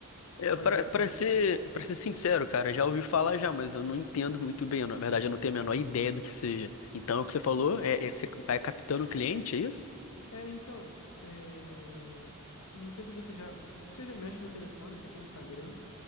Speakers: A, on the left; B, on the left.
A: Fazer.
B: É, para para ser, para ser sincero, cara, já ouvi falar já, mas eu não entendo muito bem. Na verdade, eu não tenho a menor ideia do que seja. Então, o que você falou é, é você vai captando o cliente, é isso?
A: É, então, é, não sei se você já. se Você já mexe no telefone, você tem o Instagram,